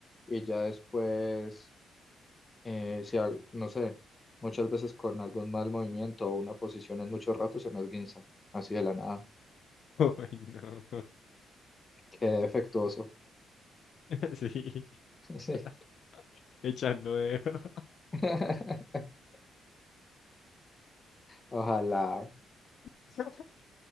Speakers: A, on the left; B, on the left.
A: y ya después, eh, si al- no sé, muchas veces con algún mal movimiento o una posición en mucho rato se me esguinza, así de la nada.
B: <laughs> Uy, no.
A: Qué defectuoso.
B: <laughs> Sí,
A: <laughs> Sí.
B: <laughs> echando dedo.
A: <laughs> Ojalá,
B: <laughs>